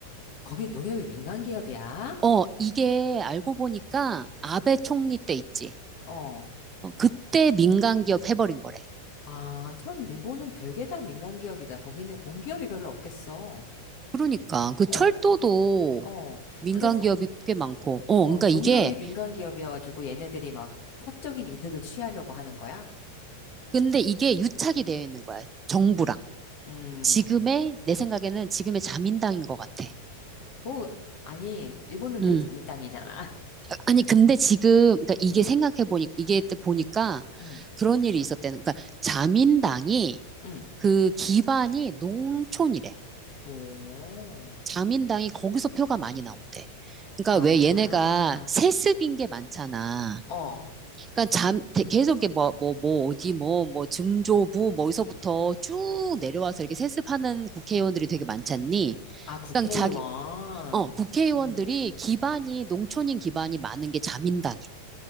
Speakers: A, on the left; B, on the right.
A: 거기 농협이 민간기업이야?
B: 어, 이게 알고 보니까 아베 총리 때 있지.
A: 어.
B: 어, 그때 민간 기업 해버린 거래.
A: 아, 참, 일본은 별게 다 민간기업이다. 거기는 공기업이 별로 없겠어.
B: 그러니까 그 철도도
A: 어, 어,
B: 민간
A: 그래서,
B: 기업이 꽤 많고, 어,
A: 어,
B: 그러니까
A: 농협이
B: 이게,
A: 민간 기업이어가지고 얘네들이 막 사적인 이득을 취하려고 하는 거야?
B: 근데 이게 유착이 되어 있는 거야. 정부랑.
A: 음,
B: 지금의, 내 생각에는 지금의 자민당인 것 같아.
A: 뭐, 아니, 일본은
B: 응.
A: 늘 자민당이잖아. <laughs>
B: 아니, 근데 지금, 그러니까 이게
A: 응,
B: 생각해보니, 이게 때 보니까
A: 응,
B: 그런 일이 있었대는 그러니까 자민당이
A: 응.
B: 그 기반이 농촌이래.
A: 오,
B: 자민당이 거기서 표가 많이 나온대. 그러니까
A: 아,
B: 왜 얘네가 세습인 게 많잖아.
A: 어,
B: 그러니까 잠, 대- 계속 이게 뭐, 뭐, 뭐, 어디 뭐, 뭐, 증조부, 뭐, 어디서부터 쭉 내려와서 이렇게 세습하는 국회의원들이 되게 많잖니.
A: 아, 국회의원.
B: 그러니까 자기, 어, 국회의원들이
A: 음,
B: 기반이, 농촌인 기반이 많은 게 자민당이래.